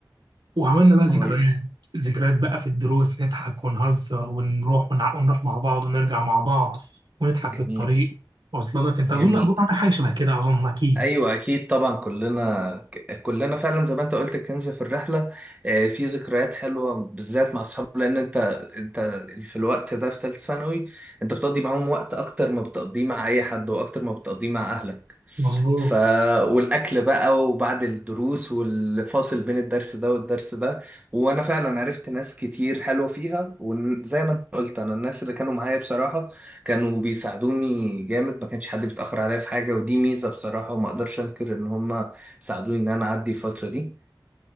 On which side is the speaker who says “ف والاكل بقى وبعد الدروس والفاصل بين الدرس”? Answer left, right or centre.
Right